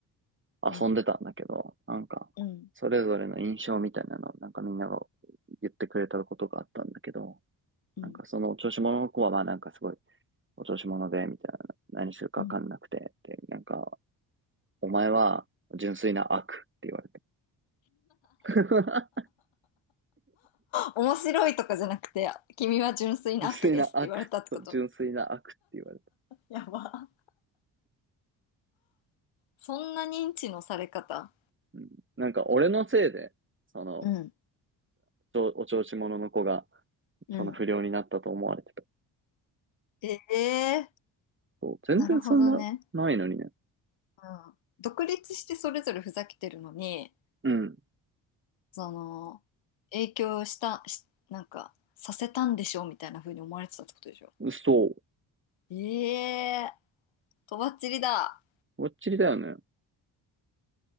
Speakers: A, on the right; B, on the left.
A: 遊んでたんだけど、
B: うん。
A: なんか、
B: うん。
A: それぞれの印象みたいなのをなんかみんなが言ってくれたことがあったんだけど、
B: うん。
A: なんかそのお調子者の子はまあなんかすごいお調子者で、みたいな、何するかわかんなくて、
B: うん。
A: で、なんか、お前は純粋な悪って言われて。<laughs>
B: 面白いとかじゃなくて、君は純粋な悪ですって言われたってこと
A: 純粋な悪。純粋な悪って言われた。
B: やば。そんな認知のされ方。
A: うん。なんか俺のせいで、その、
B: うん、
A: お調子者の子が、
B: うん。
A: その不良になったと思われてた。
B: ええー
A: そう。全然そんな、
B: なるほどね。
A: ないのにね。
B: うん。独立してそれぞれふざけてるのに、
A: うん。
B: その、影響した、し、なんか、させたんでしょみたいな風に思われてたってことでしょ
A: そう。
B: ええーとばっちりだ。
A: ぼっちりだよね。